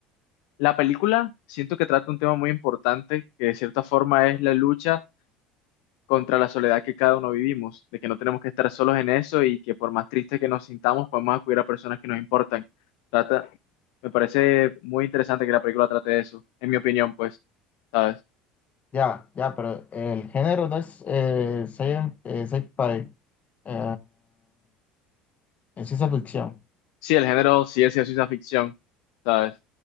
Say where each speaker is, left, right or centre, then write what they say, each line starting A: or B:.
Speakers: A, on the left (about 70°); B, on the left (about 35°).
A: la película siento que trata un tema muy importante, que de cierta forma es la lucha contra la soledad que cada uno vivimos, de que no tenemos que estar solos en eso y que por más tristes que nos sintamos, podemos acudir a personas que nos importan. Trata, me parece muy interesante que la película trate de eso, en mi opinión, pues, ¿sabes?
B: Ya, ya, pero el género no es eh, sci- eh, sci-fi. eh, es ciencia ficción.
A: Sí, el género sigue siendo ciencia ficción, ¿sabes?